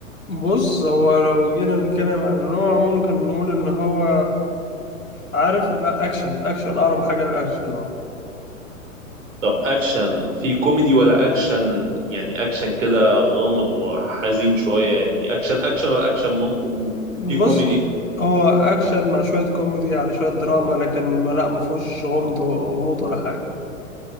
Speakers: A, on the left (about 80°); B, on the right (about 65°).
A: بص هو لو جينا نتكلم عن النوع ممكن نقول ان هو عارف لا اكشن اكشن اقرب حاجة للاكشن هو
B: طب أكشن في كوميدي ولا أكشن يعني أكشن كده غامض وحزين شوية يعني أكشن أكشن ولا أكشن ممكن
A: بص
B: في كوميدي
A: هو اكشن مع شويه كوميدي على شويه دراما لكن ما- لا ما فيهوش غمض غموض ولا حاجه